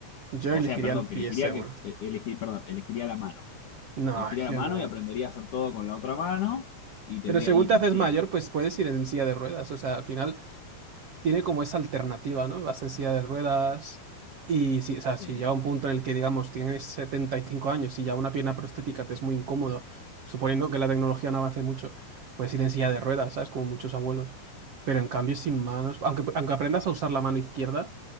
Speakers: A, on the right; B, on the left.
A: Yo
B: O
A: elegiría
B: sea, perdón,
A: el pie
B: que elegiría
A: seguro.
B: que, eh, elegir, perdón, elegiría la mano.
A: No,
B: elegiría la
A: yo
B: mano
A: no.
B: y aprendería a hacer todo con la otra mano. Y tendría.
A: Pero según
B: Y,
A: te
B: pero
A: haces
B: sí,
A: mayor,
B: lo-
A: pues puedes ir en silla de ruedas. O sea, al final tiene como esa alternativa, ¿no? Vas en silla de ruedas y si, o sea,
B: sí,
A: si llega un punto en el que, digamos, tienes 75 años y ya una pierna prostética te es muy incómodo, suponiendo que la tecnología no avance mucho, puedes ir en silla de ruedas, ¿sabes? Como muchos abuelos. Pero en cambio, sin manos, aunque, aunque aprendas a usar la mano izquierda,